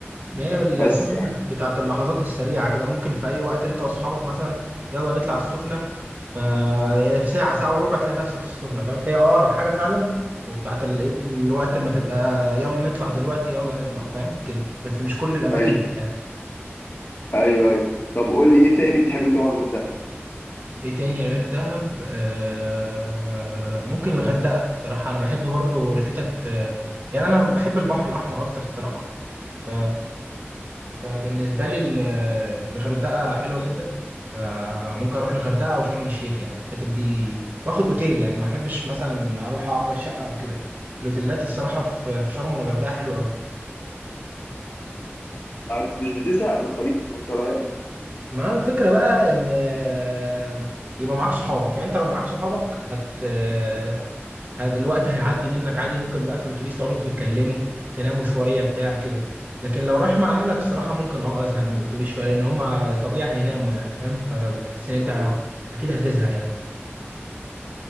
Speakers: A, on the right; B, on the left.
A: ما هي السخنة
B: بس يعني
A: بتاعت اللحظات السريعة كده ممكن في أي وقت أنت وأصحابك مثلا يلا نطلع السخنة فهي في ساعة ساعة وربع تلاقي نفسك في السخنة فاهم فهي أقرب حاجة فعلا وبتاعت الإيه الوقت ما تبقى يلا نطلع دلوقتي يلا نطلع فاهم كده بس مش كل الأماكن
B: ايوه
A: كده يعني.
B: ايوه ايوه طب قول لي ايه تاني بتحب تروح غير ده؟
A: إيه تاني غير دهب آه ممكن الغردقة الصراحة أنا بحب برضو الحتت آه، يعني أنا بحب البحر الأحمر أكتر الصراحة ف فبالنسبة لي ال- الغردقة حلوة جدا فممكن اروح الغردقة او شرم الشيخ يعني الحتت دي واخد اوتيل يعني ما احبش مثلا اروح اجر شقة او كده الاوتيلات الصراحة في في شرم والغردقة حلوة قوي
B: آه، مش بتزهق في الطريق وانت رايح؟
A: ما الفكرة بقى ان آه، يبقى معاك صحابك يعني انت لو معاك صحابك هت آه، هت- الوقت هيعدي منك عادي ممكن بقى في الاتوبيس تقعدوا تتكلموا تناموا شوية بتاع كده لكن لو رايح مع اهلك الصراحة ممكن اه ازهق من الاتوبيس شوية لان هما طبيعي هيناموا يعني فاهم فبتحس ان انت
B: آه.
A: اكيد هتزهق يعني